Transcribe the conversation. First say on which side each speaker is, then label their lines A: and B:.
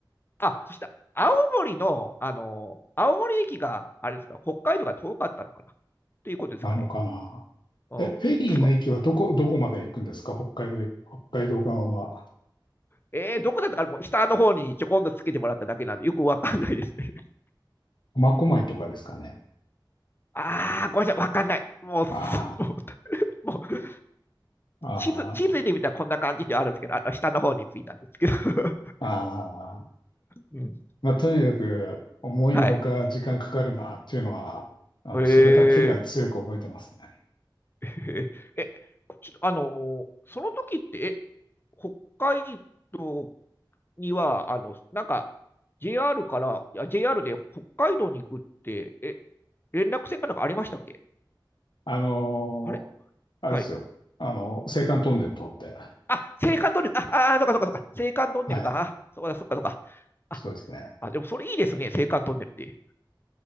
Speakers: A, on the left; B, on the left.
A: あ、そしたら、青森の、あの、青森駅が、あれですか、北海道が遠かったのかなということですかね。
B: なのかな。
A: うん。
B: え、フェリーの駅はどこ、
A: 確か。
B: どこまで行くんですか北海道へ、北海道側は。
A: えー、どこだったかなもう下の方にちょこんとつけてもらっただけなんで、よくわかんないですね。<laughs>
B: 苫小牧とかですかね。
A: あー、ごめんなさい、わかんない。もう、すも
B: あ
A: う、<laughs> もう
B: あ、
A: 地図、地図で見たらこんな感じではあるんですけど、
B: あ
A: あの、下の方についたんですけど。<laughs>
B: あ、ああ。
A: うん。
B: まあ、とにかく、思いのほか時間かかるなっていうのは、
A: はい。
B: あの、
A: えー、
B: それだけが強く覚えてますね。
A: えーえ、ちょっとあのーその時って、え、北海道には、あの、なんか、JR から、いや JR で北海道に行くって、え、連絡線かなんかありましたっけ
B: あの
A: あれ
B: ーあれですよ。
A: はい。
B: あの、青函トンネル通って。
A: あ、青函トンネル、あ、あそっかそっかそっか、青函トンネルか、
B: はい。
A: あ、そっかそっかそっか。あ、
B: そうですね。
A: あ、でもそれいいですね、青函トンネルって。